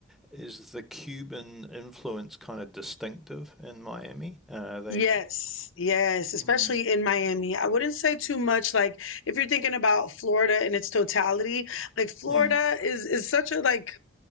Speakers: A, in the centre; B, on the left.
A: is the Cuban influence kind of distinctive in Miami? Uh, are they?
B: Yes, yes, especially
A: Mm,
B: in Miami. I wouldn't say too much like if you're thinking about Florida in its totality, like Florida
A: mm,
B: is is such a like